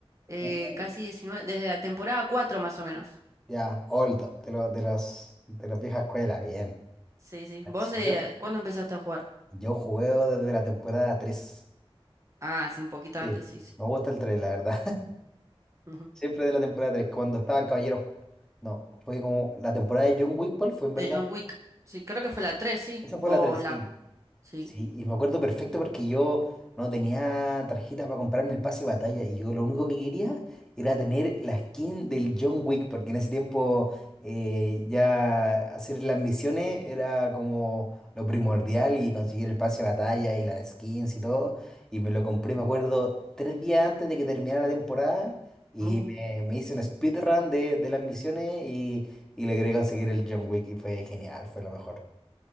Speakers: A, on the right (about 30°); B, in the centre.
A: eh,
B: Uh,
A: casi 19, desde la temporada 4 más o menos.
B: ya, old, de, lo- de los de las viejas escuelas, bien.
A: Sí, sí. ¿Vos
B: Sí,
A: eh,
B: Yo,
A: cuándo empezaste a jugar?
B: yo juego desde la temporada 3.
A: Ah, sí, un poquito
B: Sí,
A: antes, sí, sí.
B: me gusta el 3, la verdad. <laughs>
A: Ujú.
B: Siempre de la temporada tres. cuando estaba el Caballero. No, fue como la temporada de John Wick, ¿cuál fue en verdad?
A: De John Wick. Sí, creo que fue la 3, sí.
B: Esa fue
A: O
B: la 3,
A: la...
B: sí.
A: Sí.
B: Sí, y me acuerdo perfecto porque yo no tenía tarjeta para comprarme el pase de batalla y yo lo único que quería era tener la skin del John Wick, porque en ese tiempo eh, ya hacer las misiones era como lo primordial y conseguir el pase de batalla y las skins y todo. Y me lo compré, me acuerdo, tres días antes de que terminara la temporada y
A: Uh.
B: me, me hice un speedrun de, de las misiones y, y logré conseguir el John Wick y fue genial, fue lo mejor.